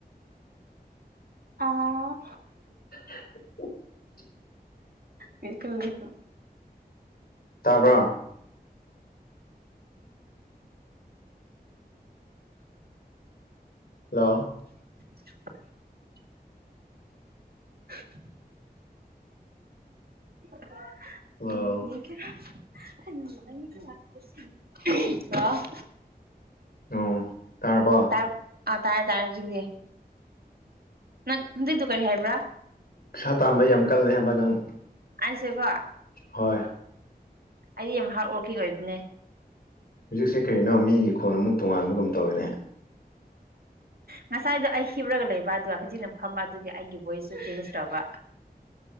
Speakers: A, on the right; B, on the left.
A: ꯑꯥ
B: <inaudible>
A: ꯉꯥꯏꯈꯣ ꯉꯥꯏꯈꯣ
B: ꯇꯥꯕ꯭ꯔꯣ ꯍꯜꯂꯣ
A: <inaudible> <inaudible> <unintelligible> <unintelligible>
B: ꯍꯜꯂꯣ
A: ꯍꯜꯂꯣ
B: ꯑꯣ ꯇꯥꯔꯕꯣ
A: ꯇꯥꯏ ꯑꯥ ꯇꯥꯏꯔꯦ ꯇꯥꯏꯔꯦ ꯍꯧꯖꯤꯛꯗꯤ ꯅꯪ ꯍꯧꯖꯤꯛꯇꯣ ꯀꯔꯤ ꯍꯥꯏꯕ꯭ꯔꯥ
B: ꯄꯩꯁꯥ ꯇꯥꯟꯕ ꯌꯥꯝ ꯀꯜꯂꯦ ꯍꯥꯏꯕ ꯅꯪ
A: ꯑꯥꯏꯁꯦ ꯀꯣ
B: ꯍꯣꯏ
A: ꯑꯩꯗꯤ ꯌꯥꯝ ꯍꯥꯔꯠ ꯋꯣꯔꯀꯤꯡ ꯑꯣꯏꯕꯅꯦ
B: ꯍꯧꯖꯤꯛꯁꯦ ꯀꯔꯤꯅꯣ ꯃꯤꯒꯤ ꯈꯣꯟ ꯑꯃꯨꯛ ꯇꯣꯉꯥꯟꯕꯒꯨꯝ ꯇꯧꯔꯤꯅꯦ
A: ꯉꯁꯥꯏꯗꯣ ꯑꯩ ꯍꯤꯞꯔꯒ ꯂꯩꯕ ꯑꯗꯨꯒ ꯍꯧꯖꯤꯛꯅ ꯐꯝꯕ ꯑꯗꯨꯒꯤ ꯑꯩꯒꯤ ꯚꯣꯏꯁꯁꯨ ꯆꯦꯟꯖ ꯇꯧꯕ